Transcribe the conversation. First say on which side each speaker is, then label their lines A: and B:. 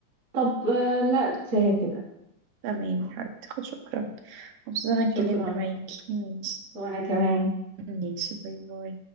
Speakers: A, on the right (about 35°); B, on the right (about 75°).
A: طب آه، لا كفاية كده
B: تمام يا حبيبتي خلاص، شكرا مبسوطة إن أنا
A: شكرا
B: اتكلمت معاكي ماشي
A: وأنا كمان
B: ماشي باي باي